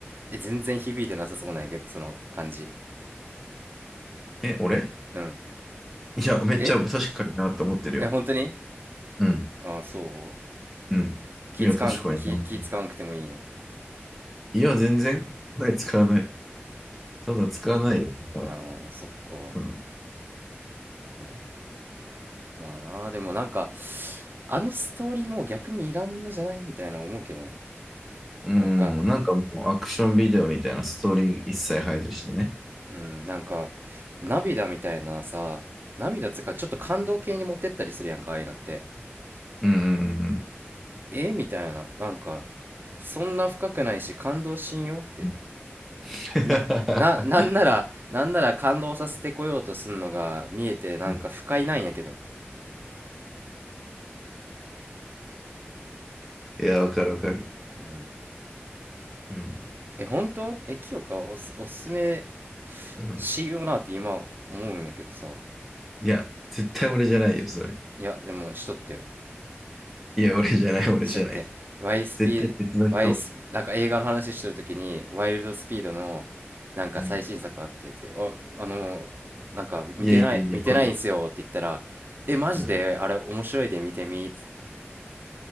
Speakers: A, on the right; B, in the centre.
A: え全然響いてなさそうなんやけどその感じ
B: え、俺
A: うん
B: いや、めっちゃ確かになって思ってるよ。
A: ええ本当に
B: うん、
A: ああーそう
B: うん。
A: 気使わん気、
B: いや、確かにな。
A: 気使わんくてもいいんよ
B: いや、全然、これ使わない。そんな使わないよ。だから。
A: ああそっか
B: うん。
A: ええまあなでもなんかあのストーリーもう逆にいらんのじゃないみたいな思うけどね
B: うん、
A: なんか
B: なんかもうアクションビデオみたいなストーリー一切排除してね。
A: うん、なんか涙みたいなさ涙つうかちょっと感動系に持ってったりするやんかああいうのって
B: うん、うん、
A: えみたいななんかそんな深くないし感動しんよって
B: うん。<laughs>
A: な、な、なんならなんなら感動させてこようとすんのが見えてなんか不快なんやけど、
B: うんいや、わかるわかる。
A: うん、
B: うん、
A: え本当え清香おす、おすすめ
B: うん。
A: しようなって今思うんやけどさ
B: いや、絶対俺じゃないよ、それ。
A: いやでもしとってよ
B: いや、俺じゃない、俺じゃない。
A: だって YSP、
B: 絶対別の人。
A: YS、ワイエスピーなんか映画の話してるときに、ワイルドスピードの、なんか最新作あってって、
B: うん。
A: あ、あの、なんか見てない、
B: いやいやいや、
A: 見てないんすよって言ったら、
B: これ。
A: え、マジであれ面白いで見てみっつって。
B: うん。